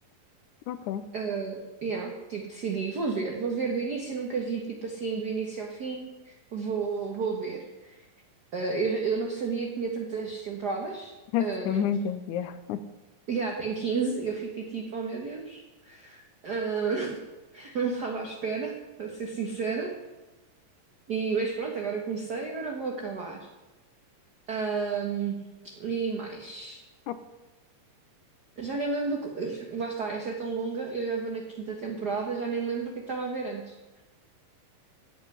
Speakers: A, on the left; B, on the right.
A: ok.
B: Uh, yeah, tipo, decidi, vou ver, vou ver do início, nunca vi tipo assim do início ao fim, vou, vou ver. Ah, eu, eu não sabia que tinha tantas temporadas.
A: Deve
B: Um,
A: ter muita piada.
B: yeah, tem quinze eu fiquei tipo, oh meu Deus, Ah, <laughs> não estava à espera, para ser sincera. E, mas pronto, agora comecei, agora vou acabar. Um, e mais.
A: <laughs>
B: Já nem lembro. co- Lá está, esta é tão longa, eu já vou na quinta temporada, já nem lembro o que estava a ver antes.